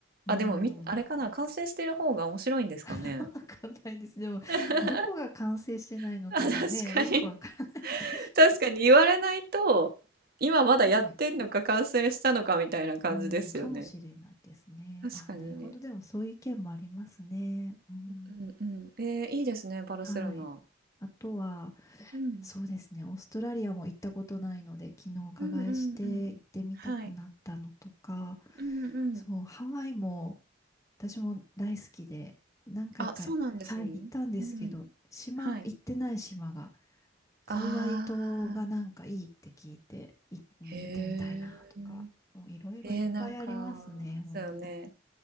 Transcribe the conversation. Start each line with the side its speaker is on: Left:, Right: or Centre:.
Left: うん。
Right: あ、でもみ、あれかな、完成してる方が面白いんですかね。
Left: <laughs> わかんないです。でも、
Right: <laughs>
Left: どこが完成してないのかもね、
Right: あ、確かに。
Left: よくわからないで。
Right: 確かに言われないと、今まだやってんのか完成したのかみたいな感じですよね。
Left: <laughs> ねえ。うん、かもしれないですね。
Right: 確かにね。
Left: あ、なるほど。でも、そういう意見もありますね。うん。
Right: うんうん。えー、いいですね、バルセロナ。
Left: はい。あとは、
Right: うん。
Left: そうですね。オーストラリアも行ったことないので、昨日お伺いして行ってみたくなったのとか、
Right: うんうんうん。はい。うんうん。
Left: そう、ハワイも私も大好きで、何回か、
Right: あ、そうなんですね。
Left: はい、行ったんですけど、
Right: うん。
Left: 島、
Right: はい。
Left: 行ってない島が、カウアイ島がなんかいいって聞いて、
Right: ああ、
Left: い、
Right: へえ。
Left: うん行ってみたいなとか、もういろいろいっぱいありますね。
Right: えー、なんか、
Left: ほん
Right: そうよね。